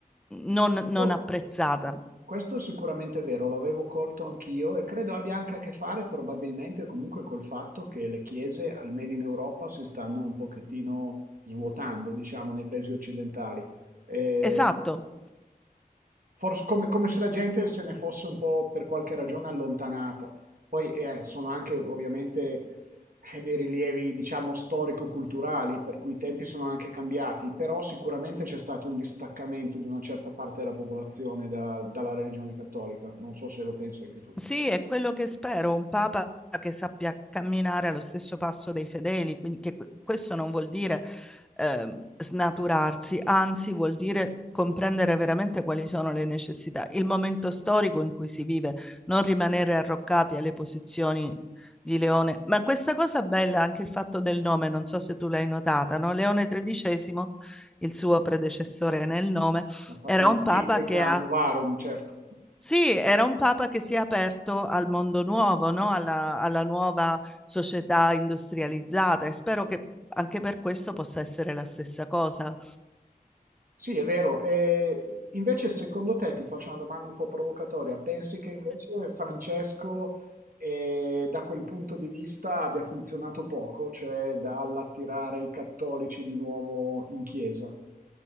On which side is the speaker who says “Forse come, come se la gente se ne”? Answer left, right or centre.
Right